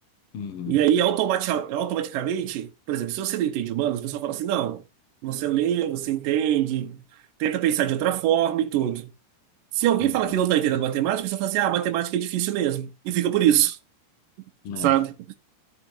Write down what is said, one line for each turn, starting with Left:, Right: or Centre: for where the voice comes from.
Left: Uhum,
Right: E aí, automati- automaticamente, por exemplo, se você não entende humanos, o pessoal fala assim: não, você lê, você entende, tenta pensar de outra forma e tudo. Se alguém
Left: uhum.
Right: fala que não está entendendo matemática, a pessoa fala assim: ah, matemática é difícil mesmo. E fica por isso,
Left: É.
Right: sabe?